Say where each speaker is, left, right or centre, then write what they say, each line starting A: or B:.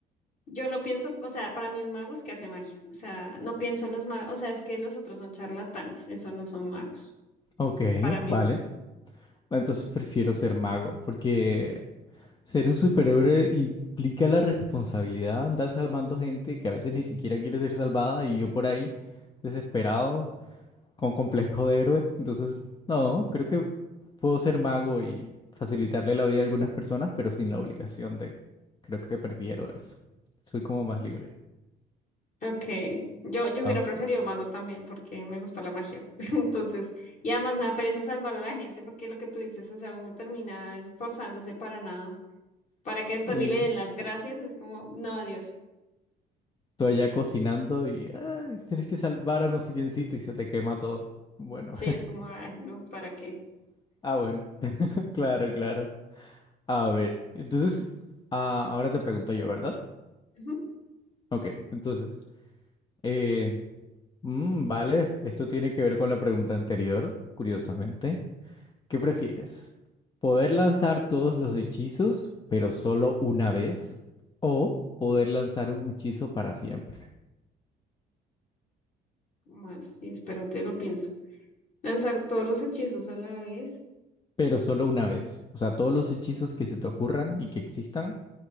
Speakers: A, on the left; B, on the left.
A: Yo lo pienso, o sea, para mí un mago es que hace magia. O sea, no pienso en los magos, o sea, es que los otros son charlatanes, eso no son magos,
B: Ok,
A: para mí.
B: vale. Entonces prefiero ser mago, porque ser un superhéroe implica la responsabilidad, andar salvando gente que a veces ni siquiera quiere ser salvada y yo por ahí desesperado con complejo de héroe. Entonces, no, creo que puedo ser mago y facilitarle la vida a algunas personas, pero sin la obligación de. Creo que prefiero eso. Soy como más libre.
A: Ok, yo, yo hubiera
B: Aunque
A: preferido mago también porque me gusta la magia. <laughs> Entonces, y además me da pereza salvar a la gente porque lo que tú dices, o sea, uno termina esforzándose para nada, para que después
B: sí,
A: ni le den las gracias, es como, no, adiós.
B: tú allá cocinando y ay, tienes que salvar a no sé quiéncito y se te quema todo. Bueno,
A: Sí, es como, ay, no, ¿para qué?
B: <laughs> ah, bueno, <laughs> claro, claro. A ver, entonces, ah, ahora te pregunto yo, ¿verdad?
A: Ujú.
B: Ok, entonces, eh, mm, vale, esto tiene que ver con la pregunta anterior, curiosamente. ¿Qué prefieres? ¿Poder lanzar todos los hechizos, pero solo una vez? ¿O poder lanzar un hechizo para siempre,
A: Más, sí, espérate, lo pienso. Lanzar todos los hechizos a la vez.
B: pero solo una vez? O sea, todos los hechizos que se te ocurran y que existan,